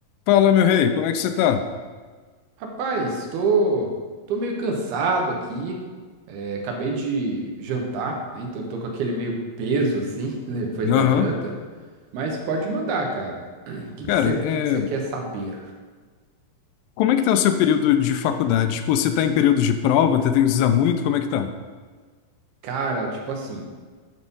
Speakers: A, on the left; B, on the right.
A: Fala, meu rei, como é que você tá?
B: Rapaz, tô, tô meio cansado aqui. É, acabei de jantar, né? Então tô com aquele meio peso assim <laughs> depois
A: Aham.
B: da janta. Mas pode mandar, cara. <clears throat> O que
A: Cara,
B: que você,
A: é,
B: que que você quer saber?
A: como é que tá o seu período de faculdade? Tipo, você tá em período de prova, tá tendo que usar muito, como é que tá?
B: Cara, tipo assim,